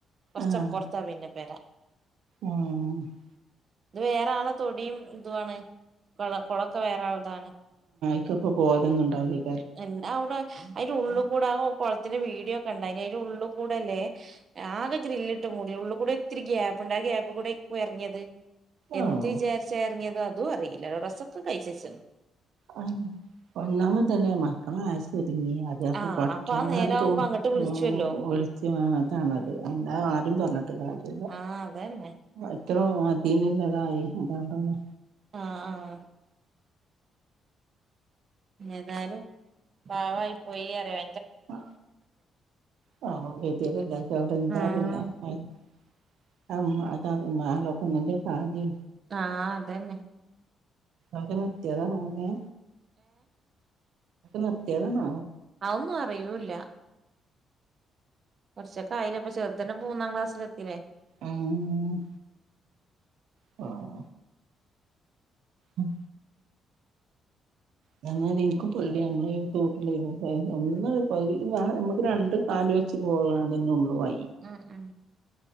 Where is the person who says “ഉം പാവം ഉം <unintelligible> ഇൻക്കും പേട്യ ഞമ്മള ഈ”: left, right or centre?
Right